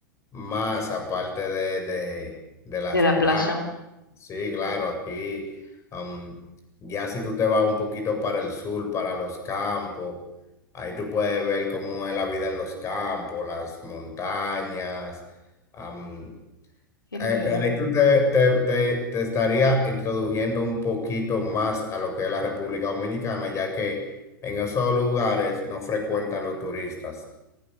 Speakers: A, on the left; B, on the left.
A: más aparte de, de, de las
B: de la
A: playas.
B: playa.
A: Sí, claro, aquí am, ya si tú te vas un poquito para el sur, para los campos, ahí tú puedes ver cómo es la vida en los campos, las montañas. am,
B: Qué
A: eh,
B: lindo.
A: eh, ahí tú te, te, te, te estaría introduciendo un poquito más a lo que es la República Dominicana, ya que en esos lugares no frecuentan los turistas.